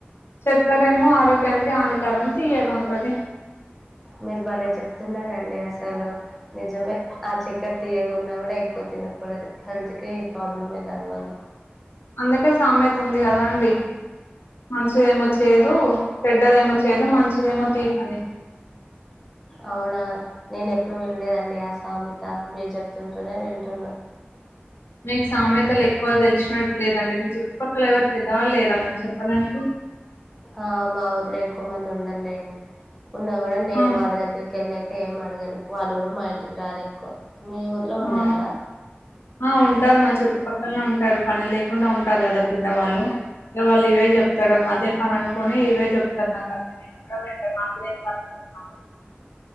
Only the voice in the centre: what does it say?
మీరు బలే చెప్తున్నారండి అసలు నిజమే ఆ చెక్కర తీయగున్నా కూడా ఎక్కువ తినకూడదు హెల్త్ కి ప్రాబ్లమే దానివల్ల
అవునా నేను ఎప్పుడు వినళ్లేదండి ఆ సామెత మీరు చెప్తుంటూనే వింటున్నా
ఆ మా ఊరిలో ఎక్కువ మంది ఉండర్లెండి ఉన్నా కూడా నేను
వాళ్ళ దగ్గరికెలైతే ఏమా అదన్డి వాళ్ళు కూడా మా ఇంటికి రారు ఎక్కువ మీ ఊర్లో ఉన్నారా